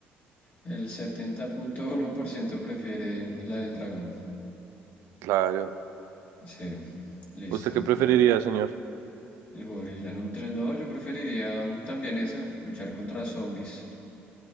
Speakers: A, on the left; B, on the right.
A: El setenta punto uno por ciento prefiere la del dragón.
B: Claro.
A: Sí, listo.
B: ¿Usted qué preferiría, señor?
A: El gorila, no me interesa. No, yo preferiría también esa, luchar contra zombies.